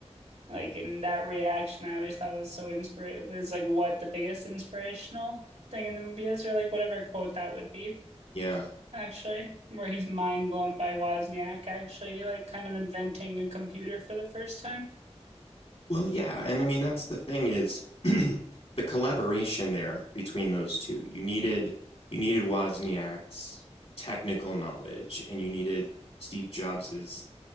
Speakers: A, on the right (about 75°); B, on the left (about 65°).
A: Like in that reaction, I always thought was so inspirational. It's like what the biggest inspirational thing in the movie is, or like whatever quote that would be,
B: Yeah,
A: actually, where he's mind blown by Wozniak actually, like kind of inventing a computer for the first time.
B: Well, yeah, and I mean that's the thing is <clears throat> the collaboration there between those two. You needed you needed Wozniak's technical knowledge, and you needed Steve Jobs's